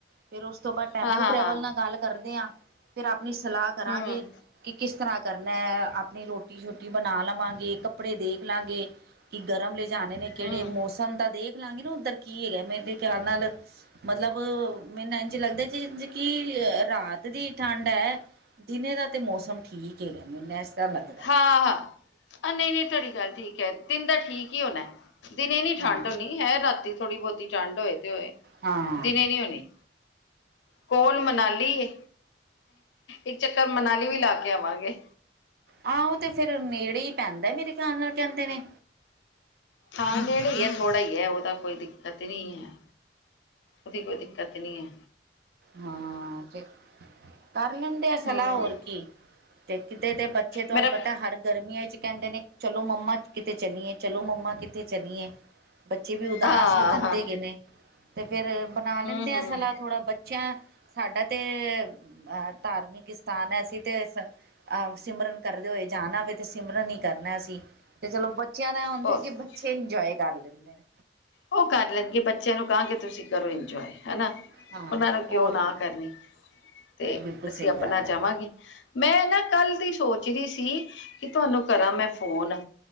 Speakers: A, on the right (about 55°); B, on the left (about 85°).
A: ਫਿਰ ਓਸ ਤੋਂ ਬਾਦ ਟੈਂਪੂ
B: ਹਾਂ ਹਾਂ
A: ਟਰੈਵਲ
B: ਹਾਂ
A: ਨਾਲ ਗੱਲ ਕਰਦੇ ਆਂ। ਫੇਰ ਆਪਣੀ ਸਲ੍ਹਾ ਕਰਾਂਗੇ
B: ਹਮ
A: ਕਿ ਕਿਸ ਤਰ੍ਹਾਂ ਕਰਨਾ ਐ। ਆਪਣੀ ਰੋਟੀ-ਸ਼ੋਟੀ ਬਣਾ ਲਵਾਂਗੇ, ਕੱਪੜੇ ਦੇਖ ਲਾਂਗੇ ਕਿ ਗਰਮ ਲੇਜਾਨੇ ਨੇ, ਕੇੜੇ
B: ਹਮ
A: ਮੌਸਮ ਦਾ ਦੇਖ ਲਾਂਗੀ ਨਾ ਓਧਰ ਕੀ ਹੈਗੈ। ਮੇਰੇ ਤੇ ਖਿਆਲ ਨਾਲ ਮਤਲਬ ਮੇਨੰ ਐਝ ਲੱਗਦੈ ਜਿੰਝ ਕਿ ਅ ਰਾਤ ਦੀ ਠੰਡ ਐ। ਦਿਨੇ ਦਾ ਤੇ ਮੌਸਮ ਠੀਕ ਹੈਗਾ, ਮੇਨੂੰ ਐਸ ਤਰ੍ਹਾਂ ਲੱਗ
B: ਹਾਂ, ਹਾਂ ਅ ਨਈ-ਨਈ ਤੁਆਡੀ ਗੱਲ ਠੀਕ ਐ। ਤਿਨ ਦਾ ਠੀਕ ਈ ਹੋਨੈ। ਦਿਨੇ ਨੀ
A: ਹਾਂ
B: ਠੰਢ ਹੋਨੀ। ਹੈ ਰਾਤੀ ਥੋੜੀ ਬੋਤੀ ਠੰਡ ਹੋਏ ਤੇ ਹੋਏ।
A: ਹਾਂ
B: ਦਿਨੇ ਨੀ ਹੋਨੀ। ਕੋਲ ਮਨਾਲੀ ਏ। ਇੱਕ ਚੱਕਰ ਮਨਾਲੀ ਵੀ ਲਾ ਕੇ ਆਵਾਂਗੇ।
A: ਆਂ ਓ ਤੇ ਫੇਰ ਨੇੜੇ ਈ ਪੈਂਦੈ ਮੇਰੇ ਖਿਆਲ ਨਾਲ ਕੈਂਦੇ ਨੇ।
B: ਹਾਂ ਨੇੜੇ ਈ ਐ, ਥੋੜਾ ਈ ਐ। ਓ ਤਾਂ ਕੋਈ ਦਿੱਕਤ ਈ ਨਹੀ ਐ। ਓਦੀ ਕੋਈ ਦਿੱਕਤ ਨੀ ਐ।
A: ਹਾਂ ਤੇ ਕਰ ਲੇਂਦੇ ਆ ਸਲ੍ਹਾ
B: ਹਮ
A: ਹੋਰ ਕੀ। ਤੇ ਕਿਤੇ ਤੇ ਬੱਚੇ ਤੁਆਨੂੰ
B: ਮੇਰਾ
A: ਪਤੈ ਹਰ ਗਰਮੀਆਂ 'ਚ ਕੈਂਦੇ ਨੇ ਚਲੋ ਮੰਮਾ ਕਿਤੇ ਚਲੀਏ, ਚਲੋ ਮੰਮਾ ਕਿੱਥੇ ਚਲੀਏ। ਬੱਚੇ ਵੀ ਉਦਾਸ
B: ਹਾਂ
A: ਹੋ ਜਾਂਦੇ
B: ਹਾਂ
A: ਹੈਗੇ ਨੇ ਤੇ ਫੇਰ ਬਣਾ
B: ਹਮ
A: ਲੈਂਦੇ
B: ਹਮ
A: ਆ ਸਲਾਹ ਥੋੜ੍ਹਾ ਬ ਚੇਆਂ ਸਾਡਾ ਤੇ ਅ ਧਾਰਮਿਕ ਸਥਾਨ ਹੈ। ਅਸੀ ਤੇ ਆਵ ਸਿਮਰਨ ਕਰਦੇ ਹੋਏ ਜਾਣਾ ਵੇ ਤੇ ਸਿਮਰਨ ਈ ਕਰਨੈ ਅਸੀ ਤੇ ਚਲੋ ਬ ਚੇਆਂ ਦਾ ਐ ਹੁੰਦੈ
B: ਉਹ
A: ਕਿ ਬੱਚੇ ਇੰਜੋਏ ਕਰ ਲੈਂਦੇ ਨੇ।
B: ਓ ਕਰ ਲੈਣਗੇ। ਬੱਚੇਆਂ ਨੂੰ ਕਾਂਗੇ ਤੁਸੀ ਕਰੋ ਇੰਜੋਏ ਹੈਨਾ।
A: ਹਾਂ
B: ਓਨਾਂ ਨੂੰ ਕਿਉਂ
A: ਹੋਰ
B: ਨਾ
A: ਕੀ
B: ਕਰਨੀ। ਤੇ
A: ਬਿਲਕੁਲ
B: ਅਸੀ
A: ਸਹੀ
B: ਆਪਣਾ
A: ਗੱਲ
B: ਜਾਵਾਂਗੇ
A: ਹੈ
B: ਮੈਂ ਨਾ ਕਾੱਲ ਦੀ ਸੋਚ ਰੀ ਸੀ ਕਿ ਤੁਆਨੂੰ ਕਰਾਂ ਮੈਂ ਫੋਨ।